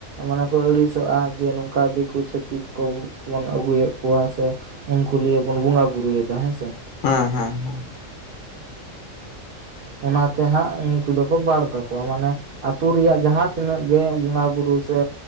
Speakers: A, on the right; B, on the left.
A: ᱢᱟᱱᱮ ᱠᱚ ᱟᱹᱲᱤᱥᱚᱜᱼᱟ ᱡᱮ ᱱᱚᱝᱠᱟ ᱫᱤᱠᱩ ᱪᱷᱟᱹᱛᱤᱠ ᱠᱚᱵᱚᱱ ᱟᱹᱜᱩᱭᱮᱫ ᱠᱚᱣᱟ ᱥᱮ ᱾ ᱩᱱᱠᱩ ᱞᱤᱭᱮ ᱵᱚᱱ ᱵᱚᱸᱜᱟ ᱵᱩᱨᱩᱭᱮᱫᱟ ᱦᱮᱸ ᱥᱮ ᱾
B: ᱦᱮᱸ, ᱦᱮᱸ, ᱦᱮᱸ ᱾
A: ᱚᱱᱟᱛᱮ ᱦᱟᱸᱜ ᱩᱱᱠᱩ ᱫᱚᱠᱚ ᱵᱟᱲ ᱠᱟᱠᱚ ᱾ ᱢᱟᱱᱮ ᱟ ᱟᱹᱛᱩ ᱨᱮᱭᱟᱜ ᱡᱟᱦᱟᱸ ᱛᱤᱱᱟᱹᱜ ᱜᱮ ᱵᱚᱸᱜᱟ ᱵᱩᱨᱩ ᱥᱮ